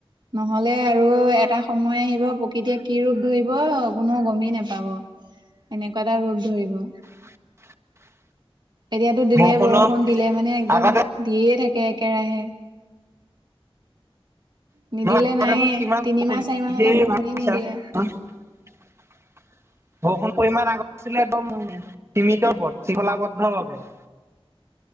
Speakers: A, on the right; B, on the right.
A: নহ'লে আৰু এটা সময় আহিব প্ৰকৃতিয়ে কি ৰূপ ধৰিব কোনেও গমেই নেপাব। এনেকুৱা এটা ৰূপ ধৰিব।
B: <unintelligible>
A: এতিয়াটো দিলে
B: বৰষুণৰ
A: বৰষুণ দিলে মানে একদম
B: আগতে
A: দিয়েই থাকে একেৰাহে।
B: <unintelligible>
A: নিদিলে নায়ে তিনিমাহ চাৰিমাহ হলে বৰষুণে নিদিয়ে
B: বৰষুণৰ পৰিমাণ আগত আছিলে একদম সীমিতৰ পথ শৃংখলাবদ্ধভাৱে।